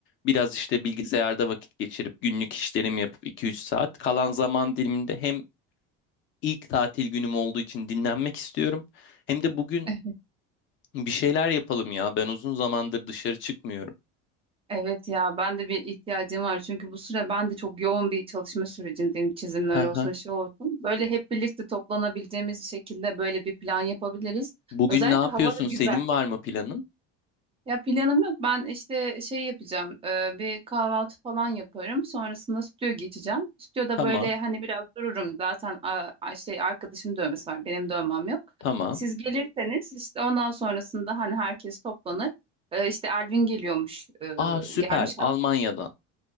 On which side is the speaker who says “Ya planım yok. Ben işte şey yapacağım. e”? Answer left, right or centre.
Right